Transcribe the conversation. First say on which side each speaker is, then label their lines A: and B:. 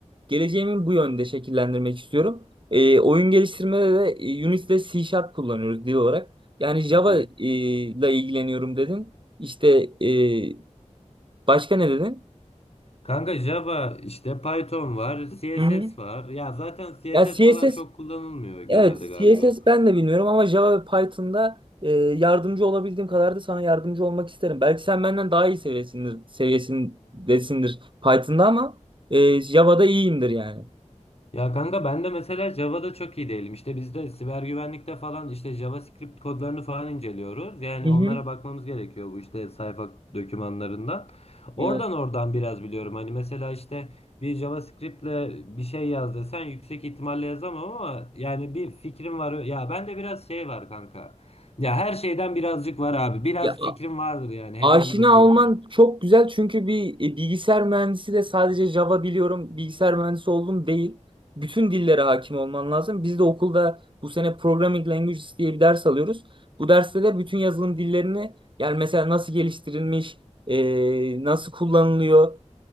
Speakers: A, on the right (about 40°); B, on the left (about 55°).
A: geleceğimi bu yönde şekillendirmek istiyorum. E, oyun geliştirmede de e, Unity'de C Sharp kullanıyoruz dil olarak. Yani Java
B: Hı hı.
A: e, ile ilgileniyorum dedin. İşte e, başka ne dedin?
B: Kanka Java işte Python var, CSS
A: Hı hı.
B: var. Ya zaten CSS
A: Ya CSS
B: falan çok kullanılmıyor genelde
A: evet
B: galiba.
A: CSS ben de bilmiyorum ama Java ve Python'da e, yardımcı olabildiğim kadar da sana yardımcı olmak isterim. Belki sen benden daha iyi seviyesindir, seviyesindesindir Python'da ama e, Java'da iyiyimdir yani.
B: Ya kanka ben de mesela Java'da çok iyi değilim. İşte biz de siber güvenlikte falan işte JavaScript kodlarını falan inceliyoruz. Yani
A: Hı hı.
B: onlara bakmamız gerekiyor bu işte sayfa dokümanlarından. Oradan
A: Evet.
B: oradan biraz biliyorum. Hani mesela işte bir JavaScript'le bir şey yaz desen yüksek ihtimalle yazamam ama yani bir fikrim var. Ya bende biraz şey var kanka. Ya her şeyden birazcık var abi. Biraz
A: Ya
B: fikrim vardır yani
A: Aşina
B: herhangi bir konuda.
A: olman çok güzel çünkü bir e, bilgisayar mühendisi de sadece Java biliyorum, bilgisayar mühendisi oldum değil. Bütün dillere hakim olman lazım. Biz de okulda bu sene Programming Languages diye bir ders alıyoruz. Bu derste de bütün yazılım dillerini yani mesela nasıl geliştirilmiş, e, nasıl kullanılıyor